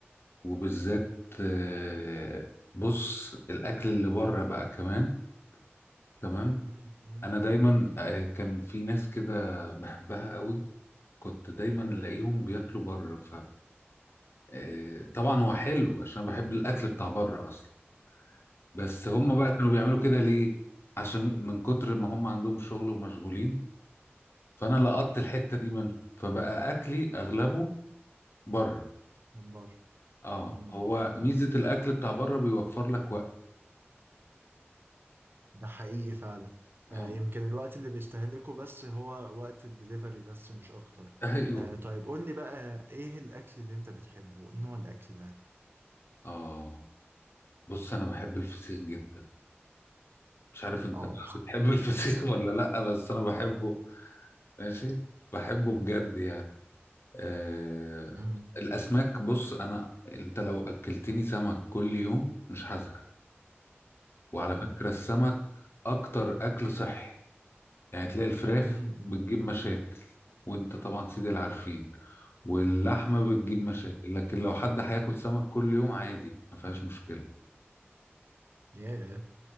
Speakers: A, on the left; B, on the right.
A: وبالذات آه، بص الاكل اللي بره بقى كمان تمام
B: امم
A: انا دايما آه، كان في ناس كده بحبها قوي كنت دايما الاقيهم بياكلوا بره ف آه، طبعا هو حلو عشان بحب الاكل بتاع بره اصلا بس هم
B: اه
A: بقى كانوا بيعملوا كده ليه عشان من كتر ما هم عندهم شغل ومشغولين فانا لقطت الحتة دي منهم فبقى اكلي اغلبه بره
B: من بره
A: اه
B: امم
A: هو ميزة الاكل بتاع بره بيوفر لك وقت
B: ده حقيقي فعلا
A: اه
B: آه، يمكن الوقت اللي بيستهلكه بس هو وقت الدليفري بس مش اكتر
A: <laughs> ايوه
B: آه، طيب قول لي بقى ايه الاكل اللي انت بتحبه ايه نوع الاكل ده
A: اه بص انا بحب الفسيخ جدا مش عارف انت
B: اه
A: بقى
B: <laughs>
A: بتحب <laughs> الفسيخ
B: سلام
A: ولا لا بس انا بحبه ماشي بحبه بجد يعني آه...
B: امم
A: الاسماك بص انا انت لو اكلتني سمك كل يوم مش هزهق وعلى
B: اوف
A: فكرة السمك أكتر أكل صحي يعني تلاقي الفراخ
B: امم أمم.
A: بتجيب مشاكل وأنت طبعا سيدي العارفين واللحمة بتجيب مشاكل لكن لو حد هياكل سمك كل يوم عادي ما فيهاش مشكلة
B: ياه